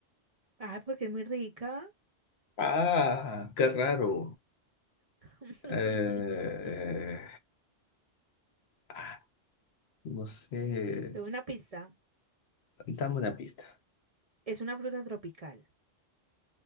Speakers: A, on the right; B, on the left.
A: Ah, porque es muy rica.
B: Ah, qué raro.
A: <laughs>
B: Eh, ah, no sé.
A: Tuve una pista.
B: Dame una pista.
A: Es una fruta tropical.